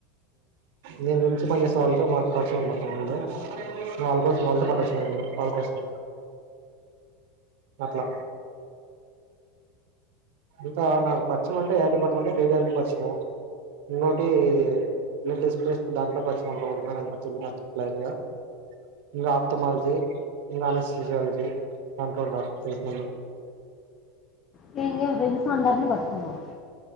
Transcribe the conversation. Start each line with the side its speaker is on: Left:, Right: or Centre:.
Right: దీని గురించి పనిచేసే వాళ్ళతో మాకు పరిచయము అన్నమాట ముందే. సో వాళ్ళ కోసం వాళ్ళతో పాటు వచ్చిన నేను వాళ్ళ కోసం అట్లా ఇంకా నాకు పరిచయం అంటే ఎ డిపార్ట్మెంట్ అంటే రేడియాలజీ పరిచయము. ఇంగోటి బ్లడ్ టెస్ట్ టెస్ట్ దాంట్లో పరిచయం అంట ఒకడు ఉంటాన్నాడంట తెలియదు నాకు క్లారీటిగా. ఇంగా ఆప్తమాలజీ ఇంగా అనస్థిశియాలజీ దాంట్లో ఉన్నారు తెలిసినోళ్లు.
Left: <unintelligible> ఫెండ్స్ను అందరినీ పట్టుకున్నావు.